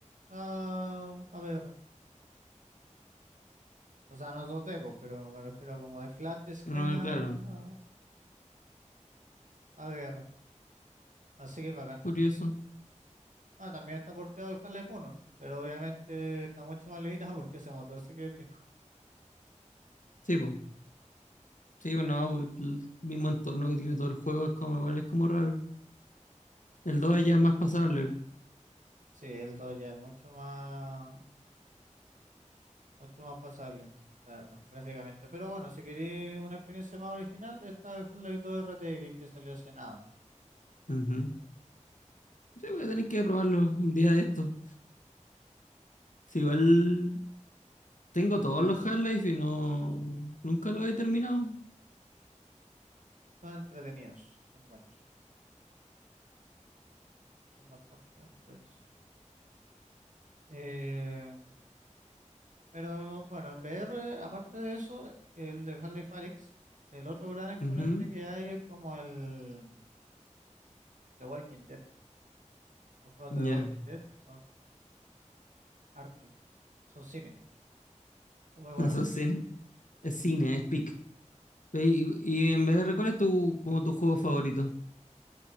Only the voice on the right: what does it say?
a, a VR. O sea, no dos d po, pero me refiero como de flat screen
a,
a, a VR. Así que bacán.
Ah, también está porteado el Half-Life 1, pero obviamente está mucho más limitado <laughs> porque ese motor sí que es viejo.
Sí, el 2 ya es mucho más, mucho más pasable, la verdad, gráficamente. Pero bueno, si queréis una experiencia más original, está el Half-Life dos R T RTX que salió hace nada.
Son entretenidos, son buenos. son bastante entretenidos. Eh, pero bueno, en VR, aparte de eso, el de Harley Falix, el otro gran exponente
que hay es como el The Walking Dead. Los juegos
de The Walking Dead son arte, son cine, son muy
buenos.
Sí.